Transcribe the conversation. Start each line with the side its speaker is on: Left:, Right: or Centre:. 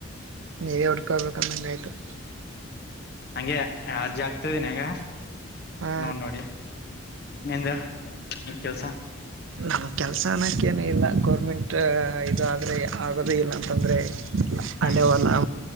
Right: ಡ <unintelligible> ತಂದಂಗಾಯ್ತು <unintelligible>
Left: ಹಂಗೆ ಯಾರ್ ಜಾಗಗ್ತದಿನಿ ಹೆಂಗ
Right: ಹಾ
Left: ನೋ ನೋಡಿ ನಿಂದ ಕೆಲ್ಸ
Right: ನಮ್ಮ ಕೆಲಸ ಅನ್ನೋಕ್ಕೇನು ಇಲ್ಲ ಗೌರ್ಮೆಂಟ್ ಇದು ಆದ್ರೆ ಆಗೋದೇ ಇಲ್ಲ ಅಂತಂದರೆ
Left: ಹ್ಮ್
Right: ಅಲ್ಲೇ ಹೊಲ